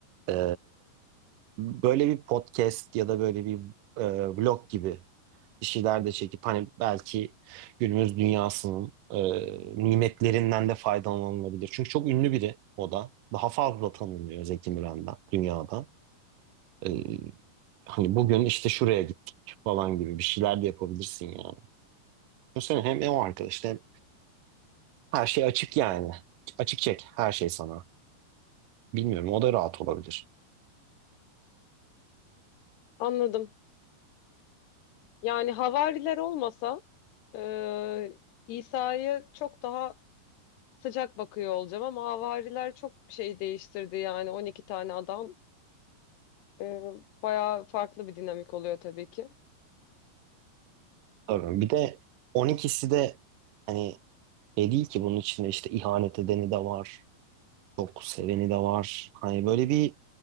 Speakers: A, on the right; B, on the left.
A: E, böyle bir podcast ya da böyle bir e, vlog gibi bir şeyler de çekip hani belki günümüz dünyasının e, nimetlerinden de faydalanılabilir. Çünkü çok ünlü biri o da. Daha fazla tanınıyor Zeki Müren'den dünyada. E, hani bugün işte şuraya gittik falan gibi bir şeyler de yapabilirsin yani. Düşünsene hem o arkadaş hem her şey açık yani. Açık çek her şey sana. Bilmiyorum o da rahat olabilir.
B: Anladım. Yani havariler olmasa e, İsa'ya çok daha sıcak bakıyor olacağım ama havariler çok şey değiştirdi yani 12 tane adam e, bayağı farklı bir dinamik oluyor tabii ki.
A: Tabii. Bir de on ikisi de hani şey değil ki bunun içinde işte ihanet edeni de var. Çok seveni de var. Hani böyle bir